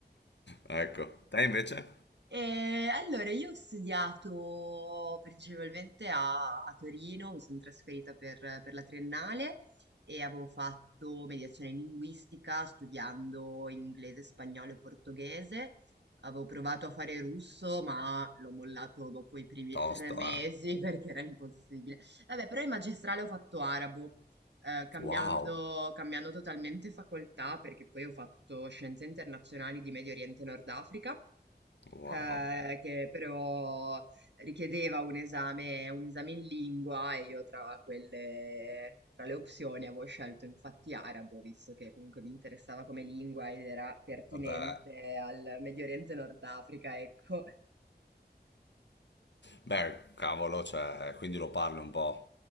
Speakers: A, on the left; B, on the right.
A: Ecco. Te invece?
B: Ehm, allora io ho studiato principalmente a a Torino, mi son trasferita per per la triennale e avevo fatto mediazione linguistica studiando inglese, spagnolo e portoghese. Avevo provato a fare russo, ma l'ho mollato dopo i primi
A: Tosto,
B: 3 mesi
A: eh.
B: <laughs> perché era impossibile. Vabbè, però in magistrale ho fatto arabo, ehm, cambiando
A: Wow.
B: cambiando totalmente facoltà perché poi ho fatto scienze internazionali di Medio Oriente e Nord Africa
A: Wow.
B: eh, che però richiedeva un esame, un esame in lingua e io tra quelle, tra le opzioni avevo scelto infatti arabo, visto che comunque mi interessava come lingua ed era pertinente
A: Vabbè.
B: al Medio Oriente e Nord Africa, ecco.
A: Beh, cavolo, cioè, quindi lo parli un po'.